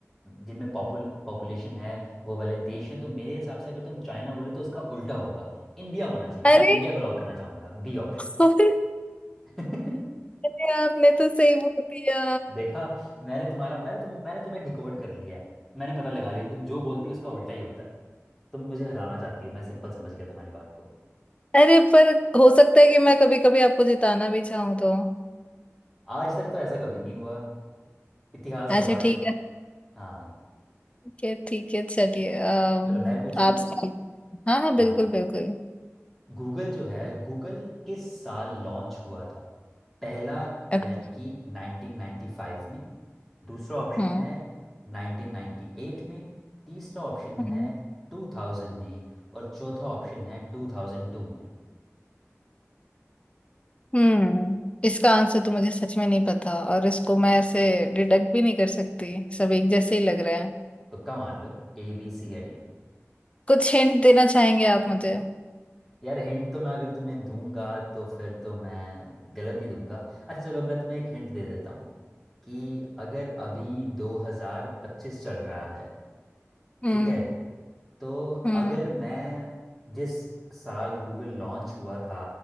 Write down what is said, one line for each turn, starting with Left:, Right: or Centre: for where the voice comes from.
Centre: जिनमें पॉपुल पॉपुलेशन है वो वाले देश हैं तो मेरे हिसाब से अगर तुम चाइना बोले तो उसका उल्टा होगा इंडिया होना चाहिए
Left: अरे
Centre: मैं इंडिया को लॉक करना चाहूंगा बी ऑप्शन
Left: और-
Centre: <laughs>
Left: अरे आपने तो सही बोल दिया
Centre: देखा मैंने तुम्हारा मैंने तुम मैंने तुम्हें डिकोड कर लिया है मैंने पता लगा लिया तुम जो बोलती हो उसका उल्टा ही होता है तुम मुझे हराना चाहती हो मैं सिंपल समझ गया तुम्हारी बात को
Left: अरे पर हो सकता है कि मैं कभी कभी आपको जिताना भी चाहूँ तो
Centre: आज तक तो ऐसा कभी नहीं हुआ इतिहास
Left: अच्छा
Centre: गवाह है
Left: ठीक है
Centre: हाँ
Left: ठीक है ठीक है चलिए अम,
Centre: चलो मैं पूछूं
Left: आप
Centre: अब
Left: सवाल- हाँ हाँ बिल्कुल
Centre: हाँ
Left: बिल्कुल
Centre: गूगल जो है गूगल किस साल लॉन्च हुआ था पहला
Left: अ-
Centre: यानी कि 1995 में दूसरा ऑप्शन
Left: हाँ
Centre: है 1998 में तीसरा ऑप्शन
Left: हाँ
Centre: है 2000 में और चौथा ऑप्शन है 2002 में
Left: हम्म इसका आंसर तो मुझे सच में नहीं पता और इसको मैं ऐसे डिडक्ट भी नहीं कर सकती सब एक जैसे ही लग रहे हैं
Centre: तुक्का मार लो ए बी सी या डी
Left: कुछ हिंट देना चाहेंगे आप मुझे
Centre: यार हिंट तो मैं अगर तुम्हें दूंगा तो फिर तो मैं गलत ही दूंगा अच्छा चलो मैं तुम्हें एक हिंट दे देता हूँ कि अगर अभी 2025 चल रहा है
Left: हम्म
Centre: ठीक है तो
Left: हम्म
Centre: अगर मैं जिस साल गूगल लॉन्च हुआ था